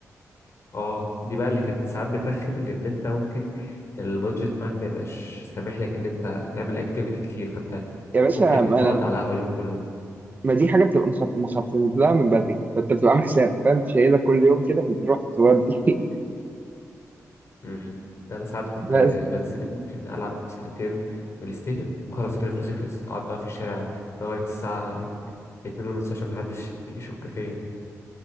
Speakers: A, on the left (about 50°); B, on the right (about 30°).
A: اه دي بقى اللي كانت ساعات بترخم لان انت ممكن البادجت بتاعك ما يبقاش سامح لك ان انت تعمل اكتيفيتي كتير فانت
B: يا باشا
A: ممكن
B: ما
A: تقعد
B: انا
A: على قهوه اليوم كله
B: ما دي حاجه بتبقى مخطط مخطط لها من بدري فانت بتبقى عامل حسابك فاهم أنت شايلها كل يوم كده بتروح تودي
A: امم انا ساعات
B: <laughs>
A: كنت
B: بس
A: بتزنق ممكن العب ساعتين بلاي ستيشن خلاص كده فلوسي خلصت اقعد بقى في الشارع لغايه الساعه ات- اتنين ونص عشان محدش يشك فيا